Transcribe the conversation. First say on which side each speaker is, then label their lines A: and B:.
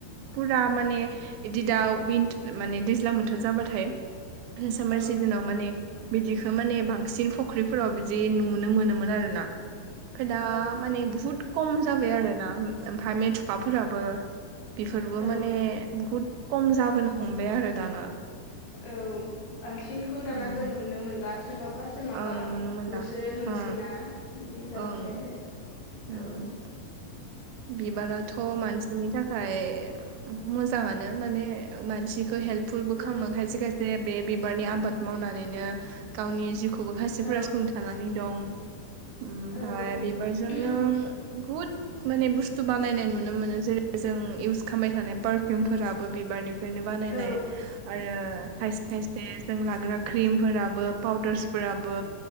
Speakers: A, on the right; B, on the left.
A: फुरा माने इदि दा विन माने दैज्लां बोथोर जाबाथाय सामार
B: औ
A: सिजोनाव माने बिदिखो माने बांसिन फुख्रिफोराव बिद जे नुनो मोनोमोन आरो ना। खो दा
B: औ
A: माने बुहुत खम जाबाय आरो ना। ओमफाय मेथुखाफोराबो बेफोरबो
B: औ
A: माने बहुद खम जाबोनो हमबाय आरो दाना।
B: औ बांसिनखौ दाना
A: उम
B: जों नुनो मोनला सोरनावबा सोरनावबा
A: ओं नुनो मोनला
B: ल'सो नुसैना
A: हा
B: बिदि जालांबाय
A: ओं
B: आरो
A: उम
B: औ
A: बिबाराथ' मानसिनि था फाय मोजाङानो माने मानसिखो हेल्पफुलबो
B: औ
A: खामो खायसे खायसे बे बिबारनि आबाद मावनानैनो गावनि जिउखौबो खायसेफोरा
B: औ
A: सुंथानानै दं। ओमफाय
B: औ
A: बिबारजोंनो
B: औ
A: बहुद माने बुस्थु बानायनाय नुनो मोनो जेरै जों इउस खामबाय थानाय पारफिउमफोराबो बिबारनि फ्रायनो बानायनाय
B: औ
A: आरो खायसे खायसे जों लाग्रा क्रिमफोराबो पाउदारस फोराबो